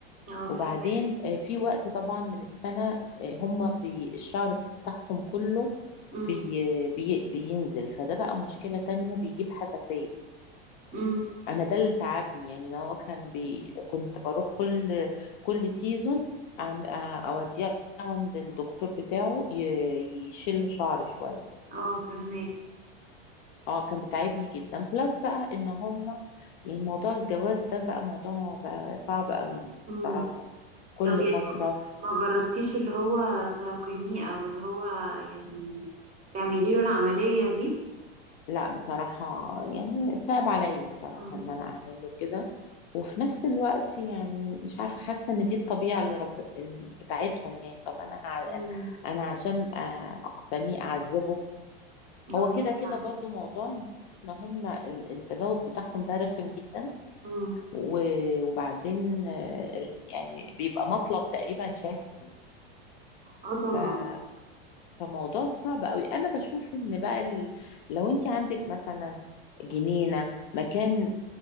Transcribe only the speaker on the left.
وبعدين
آه، في وقت طبعا من السنة آه، هم بي الشعر بتاعهم كله
بي بي بينزل فده بقى مشكلة تانية بيجيب حساسية
أنا ده اللي تعبني يعني أنا هو كان بي كنت بروح كل كل سيزون أعم- آه، أوديه عند الدكتور بتاعه ي- يشيل له شعر شوية
اه كان بتعبني جدا بلس بقى ان هم يعني موضوع الجواز ده بقى موضوع بقى صعب قوي يعني
بصراحة يعني كل
فترة
لا بصراحة يعني صعب عليا بصراحة
ان انا اعمل له كده وفي نفس الوقت يعني مش عارفة حاسة ان دي الطبيعة اللي رب ال- بتاعتهم يعني طب انا هع...
انا أنا عشان آه، اقتنيه اعذبه
هو كده كده
برضو موضوع ان هم ال- التزاوج بتاعهم ده رخم جدا
و- وبعدين آه، ال- يعني بيبقى مطلب تقريبا شهري
يعني فموضوع صعب قوي انا بشوف ان بقى ال... لو انت عندك مثلا جنينه مكان